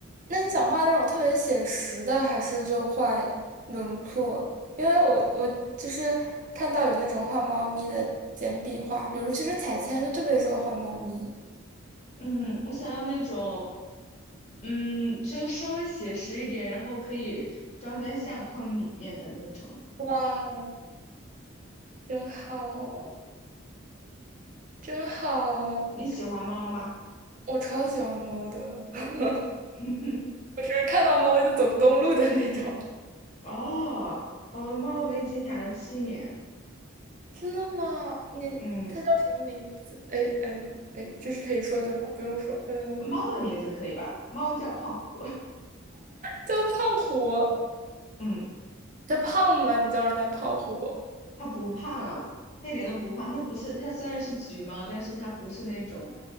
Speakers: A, on the right; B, on the left.
A: 那你想画那种特别写实的，还是就画轮廓？因为我我就是看到有那种画猫咪的简笔画，比如其实彩铅就特别适合画猫咪。
B: 嗯，我想要那种，嗯，就稍微写实一点，然后可以装在相框里面的那种，
A: 哇，真好，真好！
B: 你喜欢猫吗？
A: 我超喜欢猫的，<laughs>
B: <laughs>
A: 我是看到猫就走不动路的那种。
B: 哦，我的猫我已经养了七年，
A: 真的吗？你他叫什么名字？
B: 嗯，
A: 哎，嗯，哎，这是可以说的吗？不用说，嗯，
B: 猫的名字可以吧？猫叫胖虎，
A: 叫胖虎，
B: 嗯，
A: 他胖吗？你叫人家胖虎，
B: 它不胖，它一点都不胖，它不是，它虽然是橘猫，但是它不是那种，